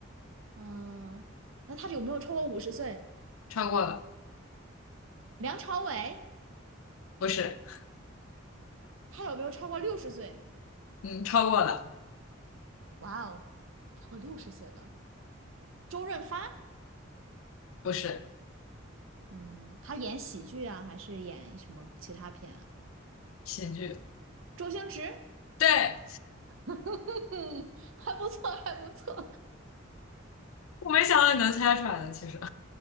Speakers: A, on the right (about 75°); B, on the left (about 85°).
A: 嗯，那他有没有超过五十岁？
B: 超过了，
A: 梁朝伟，
B: 不是，
A: 他有没有超过六十岁？
B: 嗯，超过了，
A: 哇哦，超过六十岁的周润发，
B: 不是，
A: 嗯，他演喜剧啊，还是演什么其他片啊？
B: 喜剧，
A: 周星驰。
B: 对，
A: <laughs> 嗯，还不错，还不错，
B: 我没想到你能猜出来的，其实。